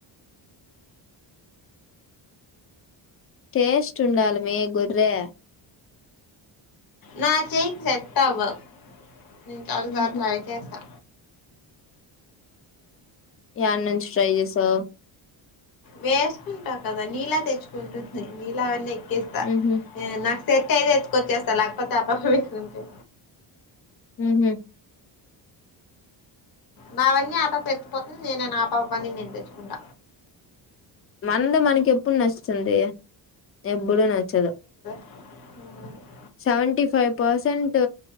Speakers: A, on the left (about 30°); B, on the left (about 45°).
A: టేస్ట్ ఉండాలమే గొర్రీ
B: నా చేయికి సెట్ అవ్వవు నేను చాలా సార్లు
A: ఉహు
B: ట్రై చేశా
A: యని నుంచి ట్రై చేసావు
B: వేసుకుంటా కదా నీళ్ళ తెచ్చుకుంటుంది నీళ్ళ అవన్నీ ఎక్కేస్తా
A: ఉహు
B: నా సెట్ అయితే ఎతుకొచ్చేస్తా లేకపోతే ఆపప మీంటా
A: ఉహు
B: నావన్నీ ఆ పాప ఎత్తుకుపోతుంది ఆ పాపవి అన్ని నేను తెచ్చుకుంట
A: మంది మనకి ఎప్పుడు నచ్చంది ఎప్పుడు నచ్చదు
B: హ
A: సెవెంటీ ఫైవ్ పర్సెంట్